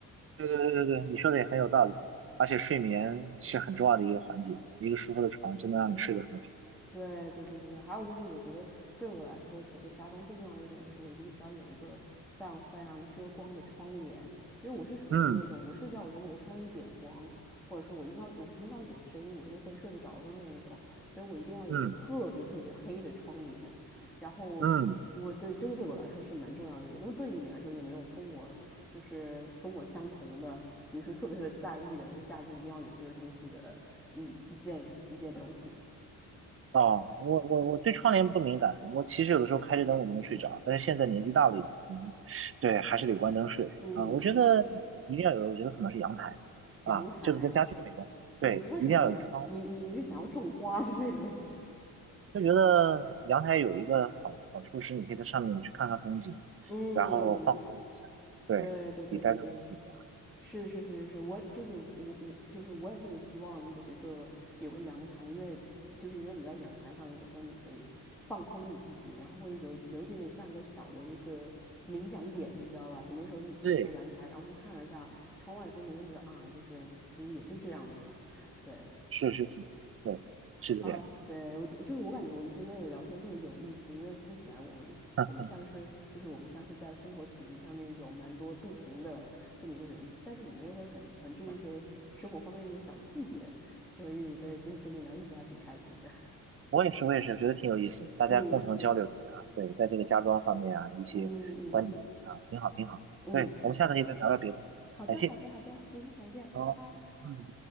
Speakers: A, on the right; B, in the centre.
A: 对对对对对，你说的也很有道理。而且睡眠是很重要的一个环节，一个舒服的床真的让你睡得很好。
B: 对对对对对，还有就是，我觉得对我来说，整个家中最重要的一个点就是，我一定需要有一个非常非常遮光的窗帘，因为我是属于那种，
A: 嗯
B: 我睡觉如果我看到一点光，或者是我一到我听到一点声音，我就会睡不着的那一种，所以我一定要有一个特别特别黑的窗帘。
A: 嗯
B: 然后我对这个对我来说是蛮重要的一个点。
A: 嗯。
B: 那么对于你来说，有没有跟我就是跟我相同的，比如说特别特别在意的，我家里面一定要有这个东西的一一件一件东西？
A: 啊，我我我对窗帘不敏感，我其实有的时候开着灯我都能睡着，但是现在年纪大了以后，嗯 <laughs> 对，还是得关灯睡啊。
B: 嗯。
A: 我觉得一定要有，我觉得可能是阳台啊，
B: 阳台。
A: 这个跟家具没关系，对，
B: 嗯，为什么呢？
A: 一定要有窗户。
B: 你你你是想要种花之类的吗？
A: 就觉得阳台有一个好好处是，你可以在上面去看看风景，
B: <laughs> 嗯，
A: 然后放空一下，对，
B: 对对对对对，
A: 比待在屋子里面。
B: 是是是是是，我就是我我就是我也特别希望有一个有个阳台，因为就是因为你在阳台上，有的时候你可以放空你自己，然后会有有一点点像个小的一个冥想点，你知道吧？很多时候你去一下阳台，
A: 对，
B: 然后去看一下窗外的风景，就觉得啊，就是其实也就这样子了，对。
A: 是是是，对，是这样。
B: 啊，对我就就是我感觉我们今天的聊天特别有意思，因为听起来我们我们像是就是我们像是在生活起居上面有蛮多不同的这么一个人，
A: <laughs>
B: 但是我们又会很很注意一些生活方面的一些小细节，所以对，就是跟你聊这些还挺开心的。<laughs>
A: 我也是，我也是，觉得挺有意思的大家共同交流一下，
B: 嗯
A: 对，在这个家装方面啊，一些观点啊，
B: 嗯嗯嗯
A: 挺好，挺好。
B: 嗯，
A: 对，我们下次可以再聊聊别的，
B: 好的好的好的，
A: 感谢。
B: 行，感谢，拜拜。
A: 好，嗯。